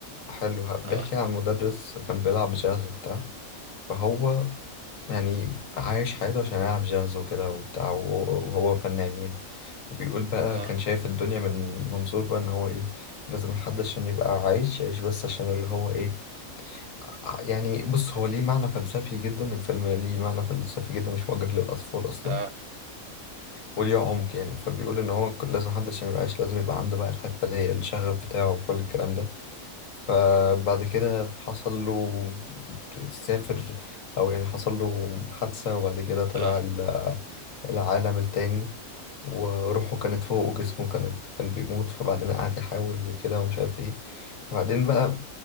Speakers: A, on the left; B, on the right.
A: حلو بيحكي
B: اه
A: عن مدرس كان بيلعب جاز وبتاع فهو يعني عايش حياته عشان يلعب جاز وكده وبتاع وهو وهو فنان يعني وبيقول بقى
B: اه
A: كان شايف الدنيا من منظور بقى ان هو ايه لازم الحد عشان يبقى عايش يعيش بس عشان اللي هو ايه آه، يعني بص هو ليه معنى فلسفي جدا الفيلم ليه معنى فلسفي جدا مش موجه للأطفال أصلا
B: اه
A: وليه عمق يعني فبيقول إن هو ك- لازم محدش عشان يبقاش لازم يبقى عنده بقى الحتة اللي هي الشغف بتاعه وكل الكلام ده فبعد كده حصل له سافر أو يعني حصل له حادثة وبعد كده طلع
B: اه
A: ال- العالم التاني وروحه كانت فوق وجسمه كان كان بيموت فبعدين قعد يحاول وكده ومش عارف ايه فبعدين بقى